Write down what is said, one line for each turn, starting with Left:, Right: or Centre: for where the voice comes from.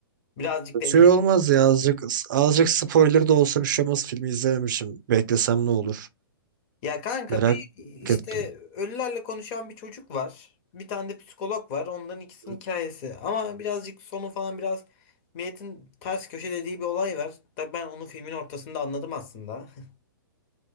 Left: Birazcık deli.
Right: Şey olmaz ya azıcık azıcık spoiler da olsa bir şey olmaz. Filmi izlememişim. Beklesem ne olur?
Left: Ya kanka
Right: Merak
Left: bir işte
Right: ettim.
Left: ölülerle konuşan bir çocuk var. Bir tane de psikolog var. Onların ikisinin
Right: Hı?
Left: hikayesi. Ama birazcık sonu falan biraz milletin ters köşe dediği bir olay var. Da ben onu filmin ortasında anladım aslında. <laughs>